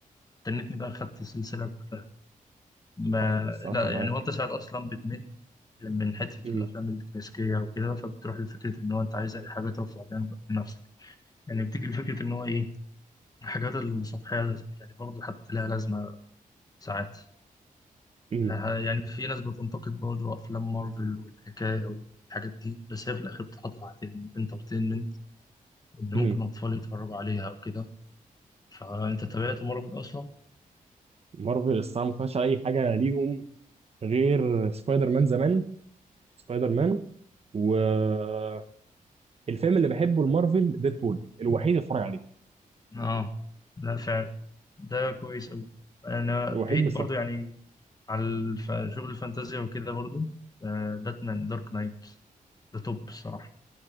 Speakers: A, on the left; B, on the right.
A: استنيتني بقى خدت السلسله كلها ما
B: آه، انا الصراحه
A: لا
B: معاك
A: يعني وانت ساعات اصلا بتمل من حته
B: مم.
A: الافلام الكلاسيكيه وكده فبتروح لفكره ان هو انت عايز اي حاجه ترفع بيها نفسك يعني بتيجي لفكره ان هو ايه الحاجات السطحية يعني برضه حتى لها لازمة ساعات
B: مم.
A: ها- يعني في ناس بتنتقد برضه أفلام مارفل والحكاية أو الحاجات دي بس هي في الآخر بتحط تحت الانترتينمنت إن ممكن
B: مم.
A: أطفال يتفرجوا عليها أو كده فأنت تابعت مارفل أصلا؟
B: مارفل الصراحه ما فيهاش اي حاجه ليهم غير سبايدر مان زمان سبايدر مان والفيلم اللي بحبه المارفل ديدبول الوحيد اللي اتفرج عليه
A: آه لا فعلا ده كويس أوي أنا
B: الوحيد
A: بعيد
B: بس
A: برضه يعني على الف- شغل الفانتازيا وكده برضه آه، باتمان دارك نايت ده توب الصراحة